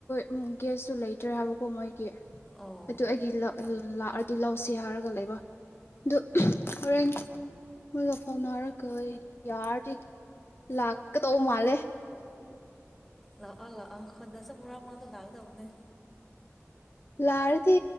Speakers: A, on the left; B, in the centre.
A: ꯎꯝ ꯒꯦꯁꯁꯨꯨ ꯂꯩꯇ꯭ꯔꯦ ꯍꯥꯏꯕꯀꯣ ꯃꯣꯏꯒꯤ
B: ꯑꯣ
A: ꯑꯗꯨ ꯑꯩꯒꯤ ꯂꯑ ꯗꯤ ꯂꯧꯥꯎꯁꯤ ꯍꯥꯏꯔꯒ ꯂꯩꯕ ꯑꯗꯨ ꯍꯣꯔꯦꯟ ꯃꯣꯏꯒ ꯐꯥꯎꯅꯔꯒꯣꯏ ꯌꯥꯔꯗꯤ ꯂꯥꯛꯀꯗꯧꯕ ꯃꯥꯜꯂꯦ
B: ꯂꯥꯛꯑꯣ ꯂꯥꯛꯑꯣꯥ ꯈꯟꯗꯁꯨ ꯃꯔꯥ ꯃꯉꯥ ꯇ ꯂꯅꯥꯥꯛꯗꯕꯅꯦꯦ
A: ꯂꯥꯔꯗꯤ